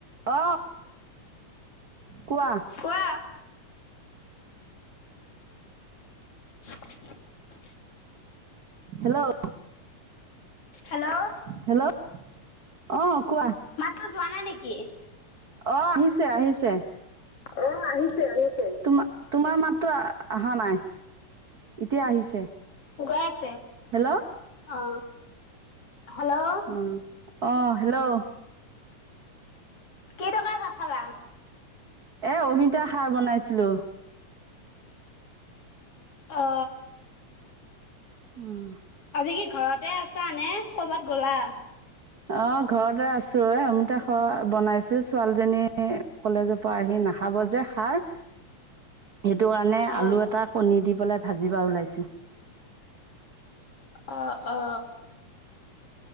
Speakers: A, on the right; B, on the left.
A: অ। কোৱা?
B: কোৱা <inaudible>
A: হেল্ল'?
B: হেল্ল'
A: হেল্ল' অ কোৱা
B: মাতটো পোৱা নাই নেকি
A: অ আহিছে আহিছে
B: অ আহিছে আহিছে
A: তোমা তোমাৰ মাতটো আ আহা নাই। এতিয়া আহিছে।
B: উগাই ছে,
A: হেল্ল'
B: অ। হেল্ল'!
A: অ অ হেল্ল'!
B: কি তৰকাৰী ভাত খালা?
A: এ অমিতা সাৰ বনাইছিলোঁ।
B: অ।
A: উম।
B: আজি কি ঘৰতে আছা নে কৰ'বাত গ'লা?
A: অ ঘৰতে আছো এ অমিতা খোৱা বনাইছো, ছোৱালীজনী কলেজৰ পৰা আহি নাখাব যে খাৰ। সেইটো কাৰণে
B: অ',
A: আলু এটা কণী দি পেলাই ভাজিবা ওলাইছো।
B: অ অ।